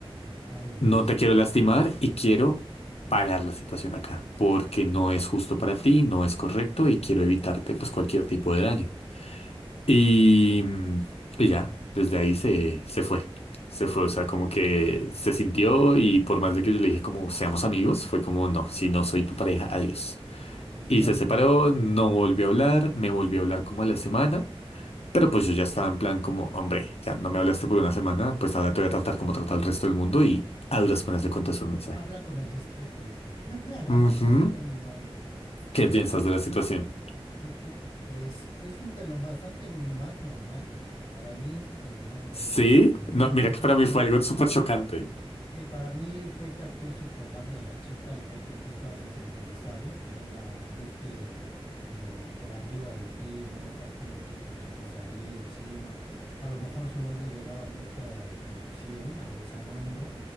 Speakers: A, on the left (about 55°); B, on the left (about 85°).
A: Ay, Luisa.
B: no te quiero lastimar y quiero parar la situación acá, porque no es justo para ti, no es correcto y quiero evitarte pues cualquier tipo de daño. Y, mm, y ya, desde ahí se, se fue. Se fue, o sea, como que se sintió y por más de que yo le dije como seamos amigos, fue como no, si no soy tu pareja, adiós.
A: Adiós,
B: Y se separó,
A: bye.
B: no volvió a hablar, me volvió a hablar como a la semana, pero pues yo ya estaba en plan como, hombre, ya no me hablaste por una semana, pues ahora te voy a tratar como trata el resto del mundo y a duras penas le contaste un mensaje.
A: Habla con el espejo, hija. <laughs>
B: Ujú.
A: Habla con mi mano.
B: ¿Qué
A: Fíjate,
B: piensas de la situación?
A: eh, te- pues es de lo bastante más normal, ¿eh? Para mí eso es de lo más normal
B: Sí,
A: porque siento
B: no, mira que
A: que
B: para
A: actúo,
B: mí fue algo súper chocante.
A: Sí, para mí fue que actuó su hipergamia la chica al ver que tú estabas desinteresado, que no la viste como por arriba de ti, no estás como los otros chicos ahí encima. A lo mejor su novio le daba mucha atención, aguzanando,